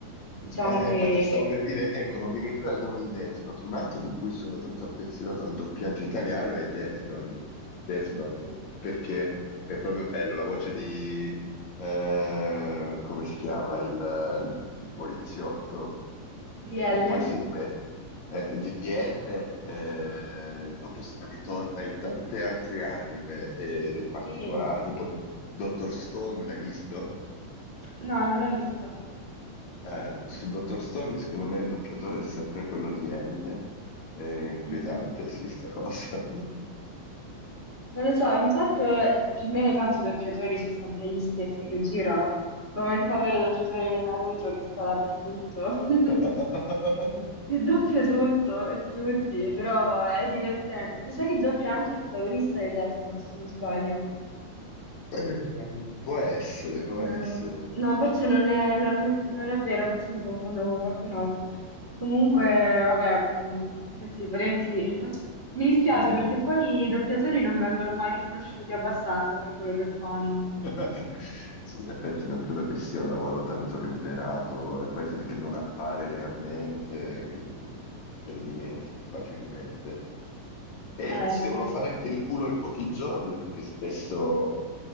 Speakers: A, on the right; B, on the left.
A: diciamo
B: Eh,
A: che.
B: infatti stavo per dire, ecco, non mi veniva il nome di Death Note, un altro di cui sono tanto affezionato al doppiaggio italiano è Death Note, Death Note,
A: Sì.
B: perché è proprio bello la voce di, eh, come si chiama, il, il poliziotto,
A: DL?
B: che poi si ripete, eh, di DDL, eh, dopo si- ritorna in tante altre anime eh, ed è particolare,
A: Sì.
B: tipo D- Dr. Stone, l'hai visto?
A: No, non l'ho visto.
B: Eh, su Dr. Stone, secondo me il doppiatore è sempre quello di L. È inquietante,
A: Mhm.
B: sì, sta cosa.
A: Non lo so, ogni tanto eh, più o meno tanto i doppiatori sono sempre gli stessi che girano, come il povero doppiatore di Naruto che sta dappertutto, <laughs>
B: <laughs>
A: che doppia tutto e tutti, però è divertente. Mi sa che doppia anche il protagonista di Death Note, se non sbaglio.
B: Eh, Può essere, può
A: Una
B: essere.
A: rosa. No, forse non è, no, non è- non è vero, forse mi confondo con qualcun altro. Comunque, vabbè, mh, questi poretti <laughs> mi dispiace
B: Mm.
A: perché poi i doppiatori non vengono mai riconosciuti abbastanza per quello che fanno.
B: <laughs> Sì, in effetti non credo che sia un lavoro tanto remunerato, e poi perché non appare realmente, quindi te li dimentichi facilmente. E
A: Eh
B: si
A: sì.
B: devono fare anche il culo in pochi giorni, perché spesso